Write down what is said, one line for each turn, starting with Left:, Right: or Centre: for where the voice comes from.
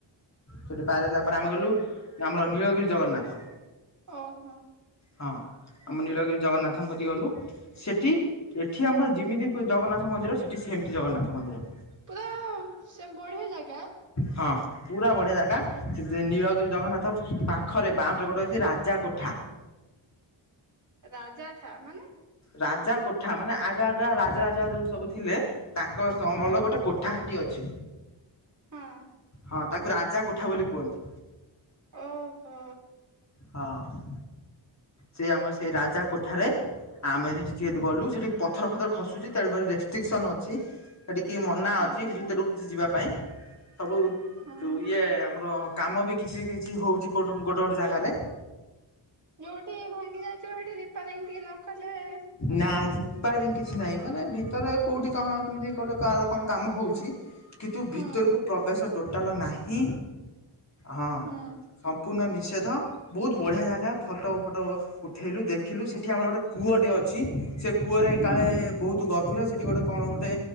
Left: ସେଠି ପାର ହେଲା ପରେ ଆମେ ଗଲୁ ଆମର ନିଳଗିରି ଜଗନ୍ନାଥ
Right: ଓହୋ
Left: ହଁ ଆମ ନୀଳଗିରି ଜଗନ୍ନାଥଙ୍କ ଠି ଗଲୁ ସେଠି ଏଠି ଆମର ଯେମିତି ଜଗନ୍ନାଥ ମନ୍ଦିର ସେଠି ସେମିତି ଜଗନ୍ନାଥ ମନ୍ଦିର
Right: ପା ସେ ବଢିଆ ଜାଗା।
Left: ହଁ ପୁରା ବଢ଼ିଆ ଜାଗା ସେ ନୀଳଗିରି ଜଗନ୍ନାଥ ପାଖରେ <unintelligible> ରାଜା କୋଟ
Right: ରାଜା ଠା ମାନେ
Left: ରାଜା କୋଠା ମାନେ ଆଗା ଆଗା ରାଜା ରାଜା ଯୋଉ ସବୁ ଥିଲେ ତାଙ୍କ ସ ଅମଳ
Right: ହଁ
Left: ର ଗୋଟେ କୋଠା ହେଠି ଅଛି
Right: ହଁ
Left: ହଁ ତାକୁ ରାଜା କୋଠା ବୋଲି କୁହନ୍ତି।
Right: ଓହୋ।
Left: ହଁ ସେ ଆମ ସେଇ ରାଜା କୋଠାରେ ଆମେ ସେଠି ଯେହେତୁ ଗଲୁ ସେଠି ପଥର ପଥର ଖସୁଛି ତେଣୁ କରି ରେଷ୍ଟ୍ରିକ୍ସନ ଅଛି ଛି ସେଠିକି ମନା
Right: ହଁ
Left: ଅଛି ଭିତରକୁ କିଛି ଯିବା ପାଇଁ ସବୁ
Right: ହଁ
Left: ଇଏ ଆମର କାମ ବି କିଛି କିଛି ହଉଛି କୋଟେ ଗୋଟେ ଗୋଟେ ଜାଗାରେ
Right: ଯୋଉଠି ଭାଙ୍ଗି ଯାଇଥିବ ସେଇଠି ରିପାରିଙ୍ଗ ଟିକେ ନ କଲେ ମାନେ
Left: ନା ରିପାରିଙ୍ଗ କିଛି ନାହିଁ ମାନେ ଭିତରେ କେଉଁଠି କ ଣ କେମିତି କେଉଁଟି କାହାର କଣ କାମ ହେଉଛି କିନ୍ତୁ
Right: ହୁଁ
Left: ଭିତରକୁ ପ୍ରବେଶ ଟୋଟାଲ ନାହିଁ ହଁ
Right: ହୁଁ
Left: ସମ୍ପୂର୍ଣ୍ଣ ନିଷେଧ। ବହୁତ ବଢ଼ିଆ ଜାଗା ଫଟୋ ଫଟୋ ଉଠେଇଲୁ ଦେଖିଲୁ ସେଠି ଆମର ଗୋଟେ କୂଅଟେ ଅଛି ଅଛି ସେ କୂଅରେ
Right: ହୁଁ
Left: କାଳେ ବହୁତ ଗଭୀର ସେଠି ଗୋଟେ କଣ ଗୋଟେ